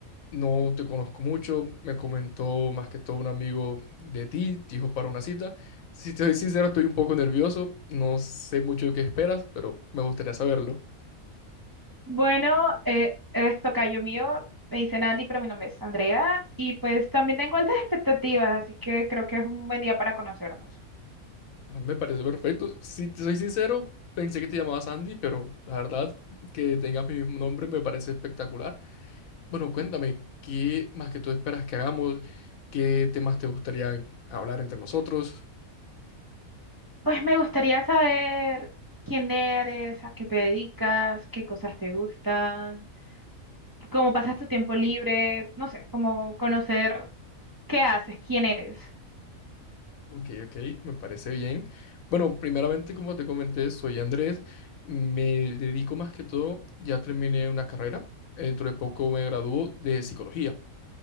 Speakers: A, on the left; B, on the right.
A: no te conozco mucho, me comentó más que todo un amigo de ti, te dijo para una cita. Si te soy sincero, estoy un poco nervioso, no sé mucho de qué esperas, pero me gustaría saberlo.
B: Bueno, eh, eres tocayo mío, me dicen Andy, pero mi nombre es Andrea, y pues también tengo altas expectativas, así que creo que es un buen día para conocernos.
A: Ah, Me parece perfecto. Si te soy sincero, pensé que te llamabas Andy, pero la verdad que tengas mi mismo nombre me parece espectacular. Bueno, cuéntame, ¿qué más que tú esperas que hagamos? ¿Qué temas te gustaría hablar entre nosotros?
B: Pues me gustaría saber quién eres, a qué te dedicas, qué cosas te gustan, cómo pasas tu tiempo libre, no sé, como conocer qué haces, quién eres.
A: Ok, ok, me parece bien. Bueno, primeramente, como te comenté, soy Andrés. Me dedico más que todo, ya terminé una carrera. Dentro de poco me gradúo de psicología.